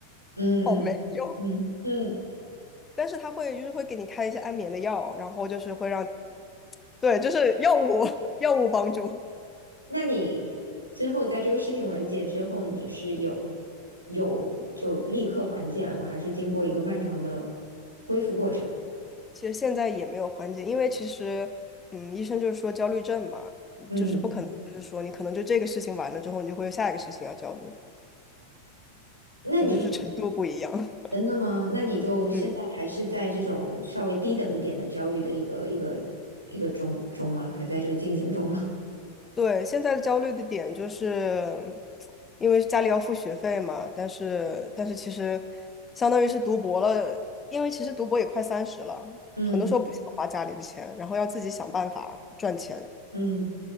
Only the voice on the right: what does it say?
嗯嗯嗯，
嗯，
那你之后在这个事情完结之后，你是有有就立刻缓解了吗？还是经过一个漫长的恢复过程？
嗯嗯，
那你
真的吗？
那你就现在还是在这种稍微低等一点的焦虑的一个一个一个中中吗？
还在这个进行中吗？
<laughs> 嗯
嗯